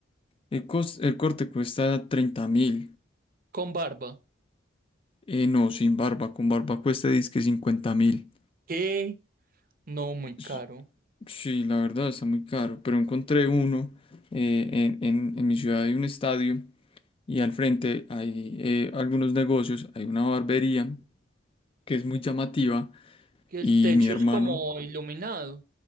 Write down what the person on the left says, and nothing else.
el, cos- el corte cuesta treinta mil.
Eh, no, sin barba, con barba cuesta dizque cincuenta mil.
S- Sí, la verdad está muy caro, pero encontré uno eh, en, en- en mi ciudad hay un estadio y al frente hay eh, algunos negocios, hay una barbería que es muy llamativa
y
mi hermano